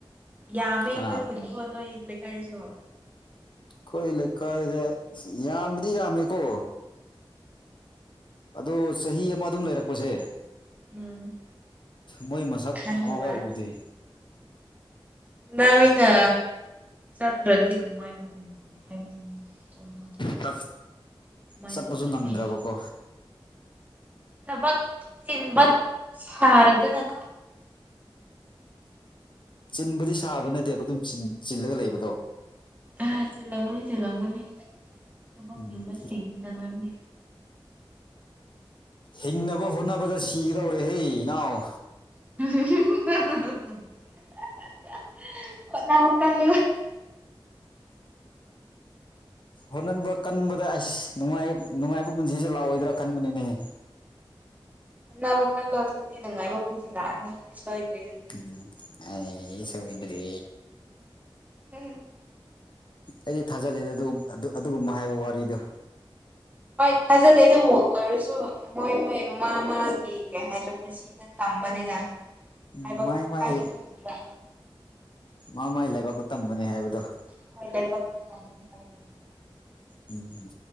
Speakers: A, on the right (about 15°); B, on the left (about 55°).
A: ꯌꯥꯝꯃꯦ
B: ꯀꯅꯥ
A: ꯑꯩꯈꯣꯏ ꯈꯨꯨꯟꯈꯣ ꯅꯣꯏ ꯂꯩꯀꯥꯏꯗꯁꯨ
B: ꯈꯣꯏ ꯂꯩꯀꯥꯏꯗ ꯑꯁꯤ ꯌꯥꯝꯕꯗꯤ ꯌꯥꯝꯃꯦꯀꯣ ꯑꯗꯣ ꯆꯍꯤ ꯑꯃ ꯑꯗꯨꯝ ꯂꯩꯔꯛꯄꯁꯦ
A: <inaudible>
B: ꯃꯣꯏ ꯃꯁꯛ
A: ꯈꯪꯗꯕ
B: ꯑꯃꯐꯥꯎ ꯎꯗꯦ
A: ꯅꯣꯏꯅꯥ ꯆꯠꯇ꯭ꯔꯗꯤ ꯀꯃꯥꯏ ꯎꯗꯣꯏꯅꯣ ꯍꯥꯏꯕꯗꯤ <unintelligible>
B: ꯆꯠ
A: ꯑꯗꯨꯃꯥꯏꯅ
B: ꯆꯠꯄꯁꯨ
A: ꯇꯧꯗ꯭ꯔꯗꯤ
B: ꯅꯪꯗ꯭ꯔꯕꯀꯣ
A: ꯊꯕꯛ ꯆꯤꯟꯕ ꯁꯥꯔꯗꯅꯀꯣ
B: ꯆꯤꯟꯕꯗꯤ ꯁꯥꯕ ꯅꯠꯇꯦꯕ ꯑꯗꯨꯝ ꯆꯤꯟ ꯆꯤꯜꯂꯒ ꯂꯩꯕꯗꯣ
A: ꯑ ꯆꯤꯜꯂꯝꯒꯅꯤ ꯆꯤꯜꯂꯝꯒꯅꯤ ꯊꯕꯛ
B: ꯎꯝ
A: ꯆꯤꯟꯕꯁꯤꯡꯅꯤꯅ ꯅꯪꯗꯤ
B: ꯍꯤꯡꯅꯕ ꯍꯣꯠꯅꯕꯗ ꯁꯤꯒꯗꯧꯔꯦꯍꯦ ꯏꯅꯥꯎ
A: <inaudible>
B: ꯍꯣꯠꯅꯕ ꯀꯟꯕꯗ ꯑꯁ ꯅꯨꯡꯉꯥꯏ ꯅꯨꯡꯉꯥꯏꯕ ꯄꯨꯟꯁꯤꯁꯦ ꯂꯥꯛꯑꯣꯏꯗ꯭ꯔꯥ ꯈꯟꯕꯅꯤꯅꯦꯍ
A: ꯅꯕ ꯀꯜꯂꯣ ꯑꯗꯨꯗꯤ ꯅꯨꯡꯉꯥꯏꯕ ꯄꯨꯟꯁꯤ ꯂꯥꯛꯑꯅꯤ ꯍꯣꯏꯗꯦꯍꯦ
B: ꯎꯝ ꯑꯩ ꯁꯨꯕꯤꯗ꯭ꯔꯤ
A: ꯎꯝ
B: ꯑꯩꯗꯤ ꯊꯥꯖꯗꯦꯗ ꯑꯗꯨ ꯑꯗꯨꯒꯨꯝꯕ ꯍꯥꯏꯕ ꯋꯥꯔꯤꯗꯣ
A: ꯍꯣꯏ ꯊꯥꯖꯗꯦ ꯑꯗꯨꯕꯨ ꯑꯣꯏꯔꯁꯨ ꯃꯣꯏ ꯃꯣꯏ ꯃꯥ ꯃꯥꯒꯤ ꯀꯩ ꯍꯥꯏꯗ ꯄꯨꯟꯁꯤꯅ ꯇꯝꯕꯅꯤꯅ
B: ꯎꯝ
A: ꯍꯥꯏꯕ
B: ꯃꯥꯏ ꯃꯥꯏ
A: ꯍꯥꯏꯕ ꯉꯝꯗꯦꯕ
B: ꯃꯥ ꯃꯥꯏ ꯂꯩꯕꯥꯛꯇ ꯇꯝꯕꯅꯤ ꯍꯥꯏꯕꯗꯣ
A: <unintelligible>
B: ꯎꯝ